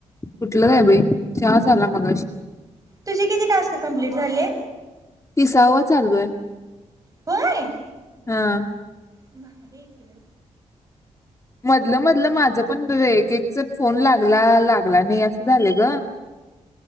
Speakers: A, on the left; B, on the right.
A: कुठलं काय बाई चहा झाला मगाशी.
B: तुझे किती टास्क कम्प्लीट झाले?
A: तिसावा चालू आहे.
B: होय?
A: हा.
B: भारी आहे की बाई.
A: मधलं मधलं माझ पण एक एकच फोन लागला, लागला नाही असं झालं ग. <inaudible>